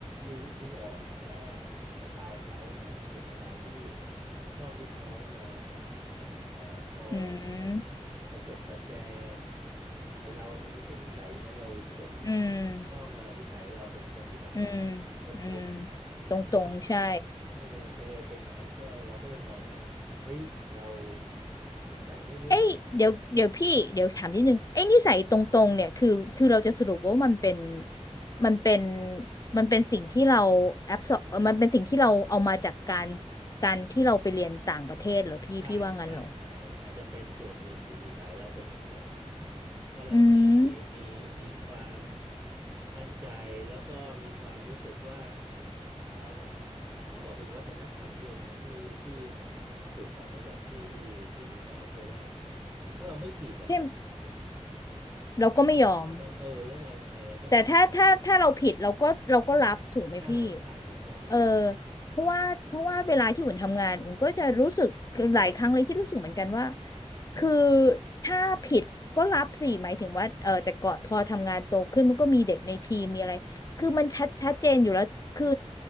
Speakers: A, on the right; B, on the left.
A: รู้ดูออกอะว่าสไตล์เขาเนี่ยเป็นสไตล์ที่ชอบลูกน้องมาเอ่อคอยแบบ
B: อืม
A: ประจบประแจงไอเรามันไม่ใช่นิสัยอย่างนั้นเราจบ
B: อืมอืม
A: ข้างนอกมานิสัยเราเป็นคนที่แบบว่า
B: อืม
A: ตรงๆคือคน
B: อืมตรงตรงใช่
A: เออมันเลยเป็นอย่างนั้นก็เราก็เลยมองว่าเฮ้ยเราสงสัยไม่รุ่ง
B: เอ้ยเดี๋ยวเดี๋ยวพี่เดี๋ยวถามนิดนึงไอ้นิสัยตรงตรงเนี่ยคือคือเราจะสรุปว่ามันเป็นมันเป็นมันเป็นสิ่งที่เราแอบสอบมันเป็นสิ่งที่เราเอามาจากการการที่เราไปเรียนต่างประเทศเหรอพี่พี่ว่างั้นเหรอ
A: ใช่ใช่ใช่อาจจะเป็นส่วนหนึ่งที่นิสัยเราเป็นอย่างนั้นว่าเรามี
B: อืม
A: มีมีความมั่นใจแล้วก็มีความรู้สึกว่าเอ่อต้องบอกเป็นวัฒนธรรมด้วยนะที่ที่มันปลูกฝังมาจากที่ที่เมืองนอกด้วยว่าถ้าเราไม่ผิดอ่ะ
B: เช่นเราก็ไม่ยอม
A: ทำไมเราต้องเออแล้วเราทำไมเราต้องไปขอ
B: แต่ถ้าถ้าถ้าเราผิดเราก็เราก็รับถูกไหมพี่
A: ใช่ใช่ถูกต้อง
B: เออเพราะว่าเพราะว่าเวลาที่อุ่นทำงานอุ่นก็จะรู้สึกหลายครั้งเลยที่รู้สึกเหมือนกันว่าคือถ้าผิดก็รับสิหมายถึงว่าเออแต่ก่อนพอทำงานโตขึ้นมันก็มีเด็กในทีมมีอะไรคือมันชัดชัดเจนอยู่แล้ว
A: อืม
B: คือ